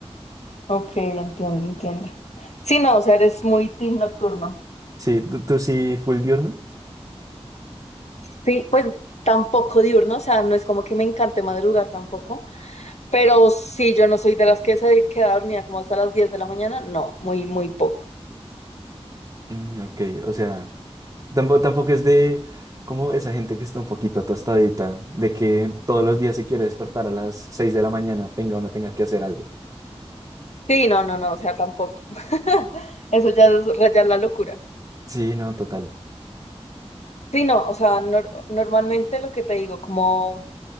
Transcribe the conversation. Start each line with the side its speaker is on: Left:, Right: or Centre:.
Left: Ok, entiendo, entiendo. Sí, no, o sea, eres muy team nocturno.
Right: Sí, tú, tú sí, full diurno.
Left: Sí, pues tampoco diurno, o sea, no es como que me encante madrugar tampoco, pero sí, yo no soy de las que se queda dormida como hasta las 10 de la mañana, no, muy, muy poco.
Right: Mm, ok, o sea, Tampoco, tampoco es de como esa gente que está un poquito tostadita, de que todos los días se quiere despertar a las 6 de la mañana, tenga o no tenga que hacer algo.
Left: Sí, no, no, no, o sea, tampoco. <laughs> Eso ya es rayar la locura.
Right: Sí, no, total.
Left: Sí, no, o sea, nor- normalmente lo que te digo, como